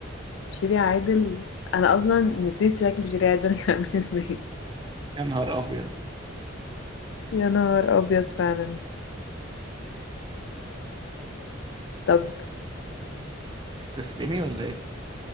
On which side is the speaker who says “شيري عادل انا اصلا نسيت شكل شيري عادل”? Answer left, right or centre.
Left